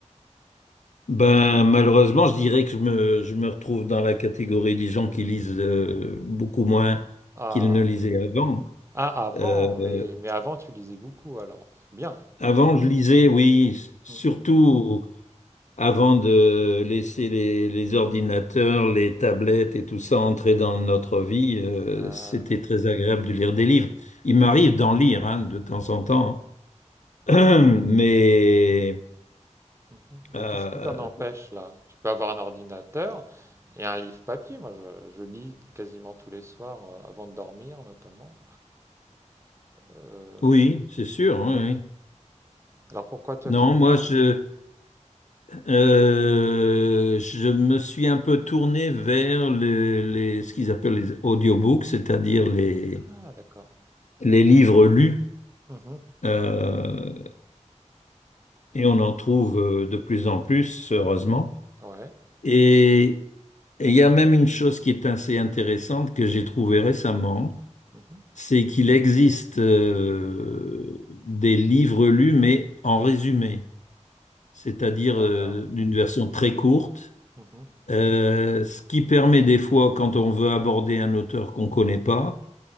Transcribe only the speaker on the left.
Ben, malheureusement, je dirais que je me, je me retrouve dans la catégorie des gens qui lisent euh, beaucoup moins
qu'ils ne lisaient avant.
Euh,
avant, je lisais, oui, s- surtout
avant de laisser les, les ordinateurs, les tablettes et tout ça entrer dans notre vie. euh,
c'était très agréable de lire des livres. Il
m'arrive d'en lire hein, de temps en temps, hein. <clears throat> mais
euh,
oui, c'est sûr. oui. oui.
Non,
moi,
je, Euh, je me suis un peu tourné vers les, les- ce qu'ils appellent les audiobooks, c'est-à-dire les,
les livres lus,
euh, et on en trouve euh, de plus en plus, heureusement.
Et et il y a même une chose qui est assez intéressante que j'ai trouvée récemment,
c'est qu'il existe euh, des livres lus, mais en résumé, c'est-à-dire
euh, d'une version très courte
Euh, ce qui permet des fois, quand on veut aborder un auteur qu'on ne connaît pas,